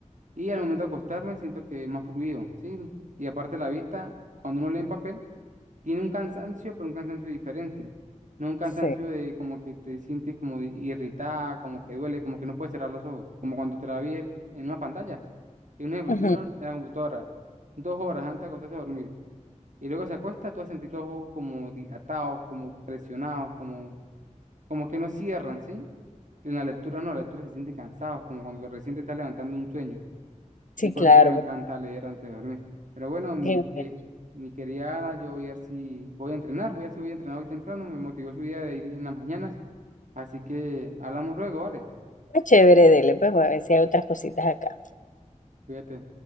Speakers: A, on the right; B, on the left.
A: Y al momento de acostarme siento que es más fluido, ¿sí? Y aparte la vista, cuando uno lee en papel, tiene un cansancio, pero un cansancio diferente. No un cansancio
B: sí,
A: de como que te sientes como irritada, como que duele, como que no puedes cerrar los ojos, como cuando te la vi en una pantalla. En un ejemplo,
B: Ujú,
A: si tú duras en la computadora, dos horas antes de acostarse a dormir, y luego se acuesta, tú vas a sentir los ojos como dilatados, como presionados, como, como que no cierran, ¿sí? En la lectura no, la lectura se siente cansados, como cuando recién te estás levantando un sueño. Y
B: sí,
A: por
B: claro,
A: eso es que me encanta leer antes de dormir. Pero bueno, mi,
B: qué
A: que,
B: bueno.
A: mi querida Ada, yo voy a ver si voy a entrenar, voy a ver si voy a entrenar hoy temprano, me motivó su idea de ir en las mañanas, así que hablamos luego, ¿vale?
B: Está chévere, dele, pues voy a ver si hay otras cositas acá.
A: Cuídate.